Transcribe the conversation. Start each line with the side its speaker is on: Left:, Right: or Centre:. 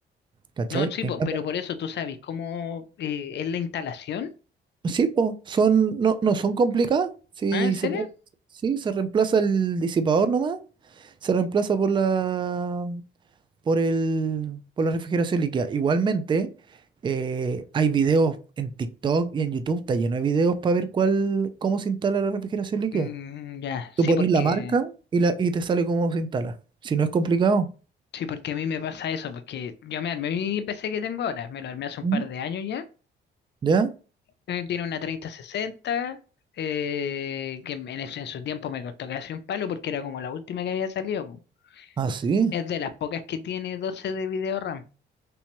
Right: ¿cachai?
Left: No, sí,
Right: En
Left: po,
Right: cambio,
Left: pero por eso tú sabes cómo eh, es la instalación.
Right: sí, po, son, no, no son complicadas. Sí,
Left: ¿Ah, en serio?
Right: se puede, sí, se reemplaza el disipador nomás, se reemplaza por la. por el, por la refrigeración líquida. Igualmente, eh, hay videos en TikTok y en YouTube, está lleno de videos para ver cuál, cómo se instala la refrigeración líquida.
Left: Mm, ya,
Right: Tú
Left: sí,
Right: pones
Left: porque
Right: la marca y, la, y te sale cómo se instala. Si no es complicado.
Left: sí, porque a mí me pasa eso, porque yo me armé mi PC que tengo ahora, me lo armé hace un
Right: Mm.
Left: par de años ya.
Right: ¿Ya?
Left: Eh, Tiene una 3060, eh, que en, en su tiempo me costó casi un palo porque era como la última que había salido.
Right: Ah, sí.
Left: es de las pocas que tiene doce de video RAM.